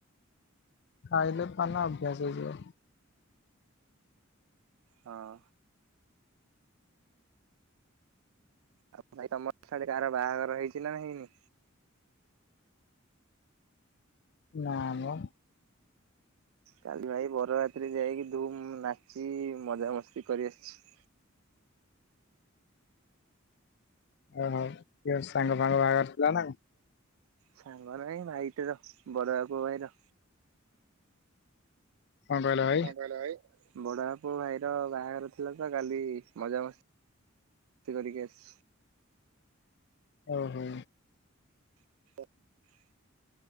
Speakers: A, on the left; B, on the right.
A: ଖାଇଲେ ପାନ ଅଭ୍ୟାସ ହେଇଯିବ।
B: ହଁ। ଆଉ ଭାଇ ତମର ସିଆଡେ କାହାର ବାହାଘର ହେଇଛି ନା ହେଇନି।
A: ନାମ
B: କାଲି ଭାଇ ବରଯାତ୍ରୀ ଯାଇକି ଧୁମ ନାଚି ମଜାମସ୍ତି କରିଆସିଛି।
A: ଓହୋ କିଏ ଗୋଟେ ସାଙ୍ଗ ଫାଙ୍ଗ ବାହାଘର ଥିଲା ନା କଣ।
B: ସାଙ୍ଗ ନାହିଁ ଭାଇଟାର ବଡବା ପୁଅ ଭାଇର।
A: କଣ କହିଲ ଭାଇ?
B: କଁଣ କହିଲ ଭାଇ? ବଡାପା ପୁଅ ଭାଇର ବାହାଘର ଥିଲା ତ କାଲି ମଜାମସ୍ତି କରିକି ଆସିଛି।
A: ଓହୋ।
B: <inaudible>